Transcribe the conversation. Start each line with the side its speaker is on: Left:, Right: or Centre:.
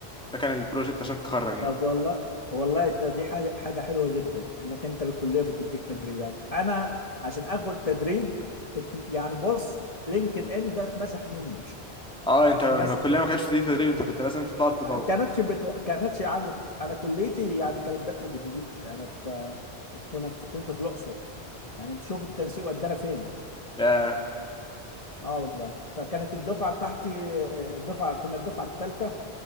Centre: ده كان البروجكت عشان تتخرج يعني
Left: طب والله والله انت دي حاجة حاجة حلوة جدا انك انت الكلية بتديك تدريبات انا عشان اخد تدريب ات- يعني بص لينكد ان ده اتمسح مني <laughs>
Centre: اه انت
Left: اتمسح
Centre: لما الكليه ما كانتش دي تدريب انت كنت لازم تقعد تدور
Left: كانتش بتو... كانتش عامله انا كليتي يعني كانت بادئه جديد انا في في- كنت كنت في الاقصر يعني انت شوف التنسيق ودانا فين
Centre: ياه
Left: اه والله فكانت الدفعه بتاعتي الدفعه كنا الدفعه الثالثه